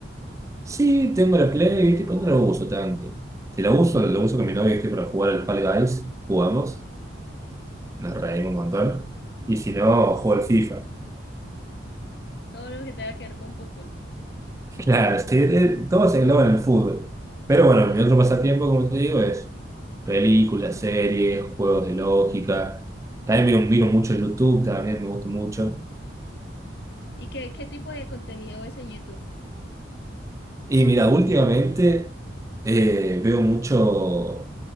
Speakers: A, on the right; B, on the left.
A: Sí, tengo la Play, ¿viste? Pero no la uso tanto. Si la uso, la uso con mi novia, ¿viste? Para jugar al Fall Guys, jugamos, nos reímos un montón. Y si no, juego al FIFA. <laughs>
B: Todo lo que tenga que ver con fútbol.
A: Claro, sí, eh, todo se engloba en el fútbol. Pero bueno, mi otro pasatiempo, como te digo, es películas, series, juegos de lógica. También miro, miro mucho YouTube, también me gusta mucho.
B: ¿Y qué, qué tipo de contenido ves en YouTube?
A: Y mira, últimamente eh, veo mucho,